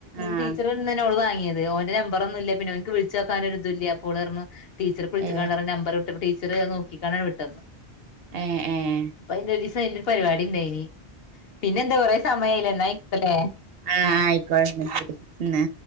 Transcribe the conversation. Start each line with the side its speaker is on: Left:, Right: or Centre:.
Right: ആഹ്
Left: ടീച്ചർ ഉ- വാങ്ങത് ഓന്റെ നമ്പറൊന്നല്ല ഓന്ക്ക് വിളിച്ച് ച്ചോക്കാനൻ ഒരു ഇതും ഇല്ല അപ്പോൾ ഓള് പറഞ്ഞു ടീച്ചർ വിളിച്ചിക്ക
Right: ഏഹ്
Left: നമ്പർ വിട്ട് ടീച്ചർ നോക്കിക്കാണാൻ വിട്ടത്
Right: ഏഹ് ഏഹ്
Left: അപ്പ അതിന്റെ ഒരു ദിവസം അതിന്റെ ഒരു പരിപാടി ഉണ്ടായിനി പിന്നെ എന്താ കൊറ സമയം <unintelligible>
Right: ആ ആ ആയിക്കോ ന്നാ